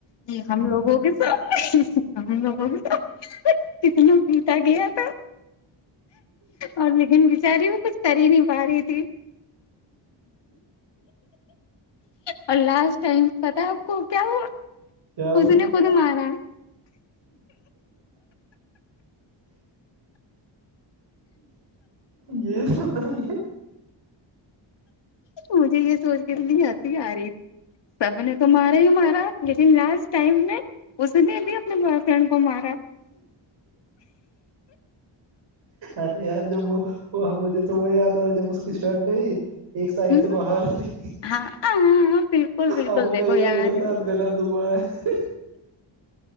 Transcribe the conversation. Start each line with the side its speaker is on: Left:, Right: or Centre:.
Left: کے ہم لوگوں کے ساتھ ہم لوگوں کو کتنا پیٹا گیا تھا اور لیکن بچاری وہ کچھ کر ہی نہیں پا رہی تھی اور لاسٹ ٹائم پتا ہے آپ کو کیا ہوا
Right: کیا بولو
Left: اس نے خود مارا
Right: یے تو صحیح ہے
Left: مجھے یے سوچ کے اتنی آتی اتنی ہنسی آ رہی تھی سب نے تو مارا ہی مارا لیکن لاسٹ ٹائم میں اس نے ابھی اپنے بوائے فرینڈ کو مارا
Right: ارے یار جب وہ وہ مجھے تو وہ یاد آ رہا جب اس کی شٹ ایک سائڈ
Left: ہ
Right: سے باہر تھی
Left: ہاں ہاں بالکل بالکل
Right: آ وہ
Left: دیکھو
Right: کہے
Left: یاد
Right: گا میرے
Left: ہے
Right: ساتھ گلت ہوا ہے